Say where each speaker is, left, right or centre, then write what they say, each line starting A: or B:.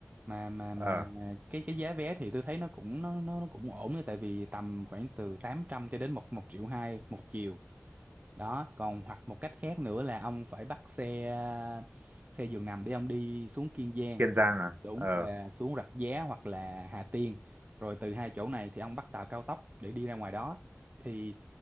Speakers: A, on the right; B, on the right.
A: mà mà mà
B: Ờ,
A: cái cái giá vé thì tôi thấy nó cũng nó nó, nó cũng ổn đấy tại vì tầm khoảng từ 800 cho đến một một triệu hai một chiều đó còn hoặc một cách khác nữa là ông phải bắt xe ờ, xe giường nằm để ông đi xuống Kiên Giang
B: Kiên Giang à?
A: đúng
B: Ờ,
A: là xuống Rạch Giá hoặc là Hà Tiên rồi từ hai chỗ này thì ông bắt tàu cao tốc để đi ra ngoài đó thì